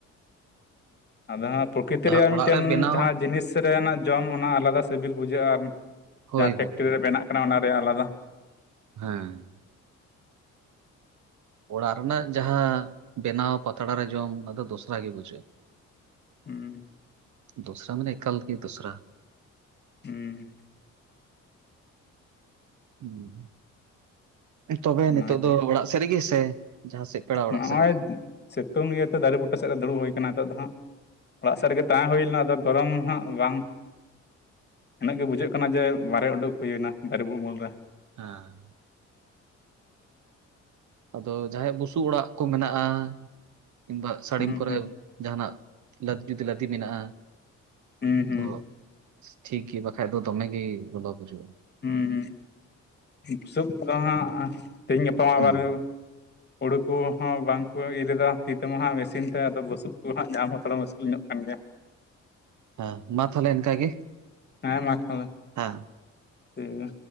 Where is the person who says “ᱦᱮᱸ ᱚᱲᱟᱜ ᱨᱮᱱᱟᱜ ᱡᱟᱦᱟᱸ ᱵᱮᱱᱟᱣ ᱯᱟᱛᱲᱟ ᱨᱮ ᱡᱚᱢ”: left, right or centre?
Right